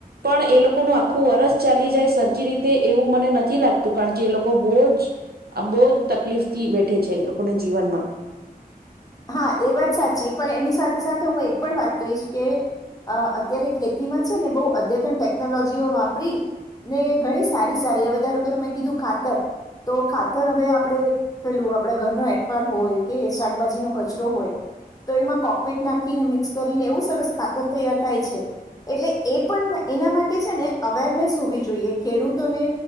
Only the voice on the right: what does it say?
પણ એ લોકોનું આખું વરષ ચાલી જાય સરખી રીતે એવું મને નથી લાગતું કારણ કે એ લોકો બહુજ બહુ જ તકલીફથી વેઠે છે એ લોકોને જીવનમાં